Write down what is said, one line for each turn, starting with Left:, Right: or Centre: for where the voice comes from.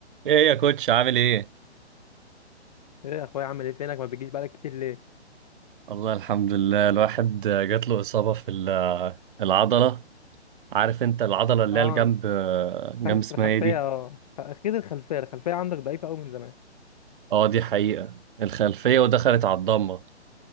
Right: ايه يا كوتش عامل ايه؟
Left: ايه يا اخويا عامل ايه فينك ما بتجيش بقالك كتير ليه
Right: والله الحمد لله الواحد جات له إصابة في ال- العضلة عارف انت العضلة اللي
Left: اه
Right: هي الجنب
Left: انت
Right: جنب
Left: خل-
Right: اسمها
Left: في الخلفيه
Right: ايه دي؟
Left: اه اكيد الخلفيه الخلفيه عندك ضعيفه قوي من زمان
Right: اه دي حقيقة الخلفية ودخلت على الضمة